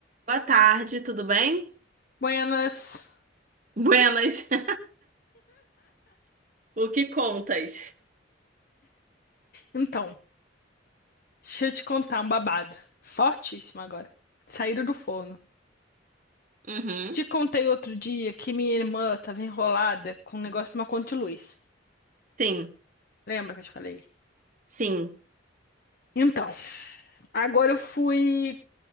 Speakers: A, on the right; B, on the left.
A: Boa tarde, tudo bem?
B: Buenas.
A: Buenas. <laughs> O que contas?
B: Então, deixa eu te contar um babado. Fortíssimo agora. Saíram do forno.
A: Uhum.
B: Te contei outro dia que minha irmã tava enrolada com um negócio de uma conta de luz.
A: Sim,
B: Lembra que eu te falei?
A: sim.
B: Então, agora eu fui.